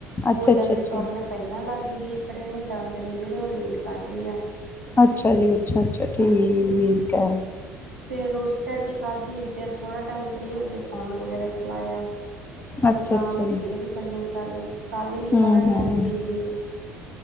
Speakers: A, on the right; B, on the left.
A: ਬੋਲਣ
B: ਅੱਛਾ ਅੱਛਾ
A: ਤੇ
B: ਅੱਛਾ
A: ਤੁਰਨ ਪਹਿਲਾਂ ਲੱਗ ਗਈ ਫੇਰ ਇਹਨੇ ਦੰਦ ਨੇ ਜਿਹੜੇ ਉਹ ਲੇਟ ਕੱਢ ਰਹੀ ਆ
B: ਅੱਛਾ ਜੀ ਅੱਛਾ ਅੱਛਾ ਠੀਕ
A: ਹਾਂਜੀ
B: ਐ
A: ਫਿਰ ਰੋਟੀ ਰਾਟੀ ਖਾਧੀ ਫਿਰ ਥੋੜ੍ਹਾ ਟਾਈਮ ਫਰੀ ਹੋ ਕੇ ਫ਼ੋਨ ਵਗੈਰਾ ਚਲਾਇਆ ਹੁਣ
B: ਅੱਛਾ
A: ਸ਼ਾਮ
B: ਅੱਛਾ
A: ਨੂੰ
B: ਜੀ
A: ਫਿਰ ਚੱਲੋ ਚੱਲ ਕੱਲ੍ਹ ਵੀ
B: ਹਮ
A: ਸਾਰਾ
B: ਹਮ
A: ਦਿਨ ਬਿਜ਼ੀ